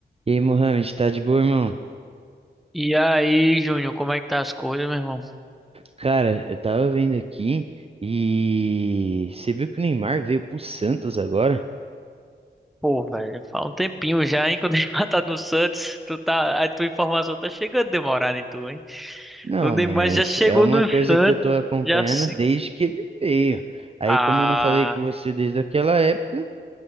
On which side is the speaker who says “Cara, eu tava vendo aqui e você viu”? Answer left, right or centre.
Right